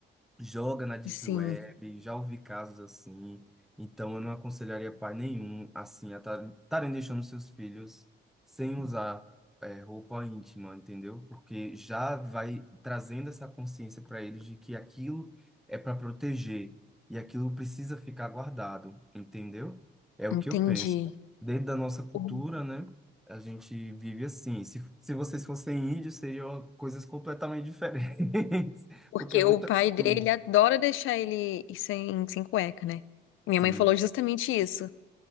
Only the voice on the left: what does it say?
sim.
Entendi.
O-
Porque
o pai
dele adora deixar ele ir sem, sem cueca, né? Minha
mãe falou justamente isso.